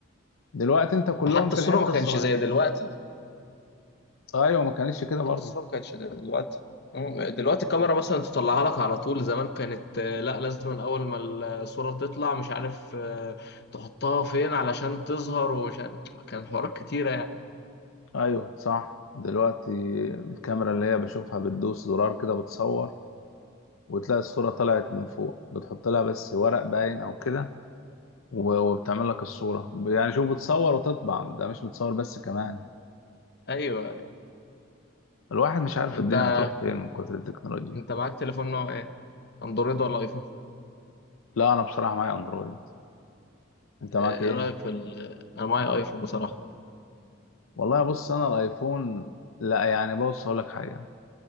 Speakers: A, on the left (about 80°); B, on the left (about 50°).
A: دلوقتي انت كلهم
B: وحتى
A: في
B: الصورة
A: الحتة
B: ما
A: الصغيرة
B: كانش زي دلوقتي
A: ايوه ما كانتش كده برضه
B: حتى الصورة ما كانتش دلوقتي مم. دلوقتي الكاميرا مثلا تطلعها لك على طول زمان كانت آه، لا لازم أول ما الصورة تطلع مش عارف آه، تحطها فين علشان تظهر ومش عارف كان حوارات كتيرة يعني
A: ايوه صح دلوقتي الكاميرا اللي هي بشوفها بتدوس زرار كده بتصور وتلاقي الصورة طلعت من فوق بتحط لها بس ورق باين او كده و- وبتعمل لك الصورة يعني شوف بتصور وتطبع ده مش بتصور بس كمان
B: أيوه
A: الواحد مش عارف
B: أنت
A: الدنيا هتروح فين من كتر التكنولوجيا
B: أنت معاك تليفون نوع إيه؟ أندرويد ولا أيفون؟
A: لا انا بصراحه معايا اندرويد انت
B: آه،
A: معاك ايه
B: إيه رأيك في ال... أنا معايا أيفون بصراحة
A: والله بص انا الايفون لا يعني بص اقول لك حاجه